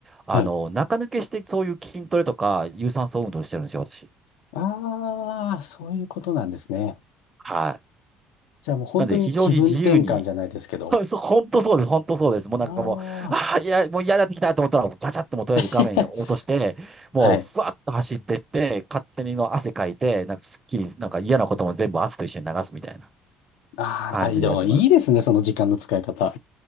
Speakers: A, on the right; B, on the left.
A: あの、
B: はい。
A: 中抜けしてそういう筋トレとか、有酸素運動してるんですよ、私。
B: ああ、そういうことなんですね。
A: はい。
B: じゃあもう本当に気分転換じゃないですけど。
A: なんで、非常に自由に。<laughs> そう、そう本当そうです、本当そうです。もうなんかもう、
B: ああ。
A: ああ、いや、もう嫌になってきたと思ったら、ガチャってもうとりあえず画面を落として、
B: <laughs>
A: もう、
B: はい。
A: ふわっと走ってって、勝手にの汗かいて、なんかすっきり、なんか嫌なことも全部汗と一緒に流すみたいな
B: あーあ、
A: 感じでやってます。
B: でもいいですね、その時間の使い方。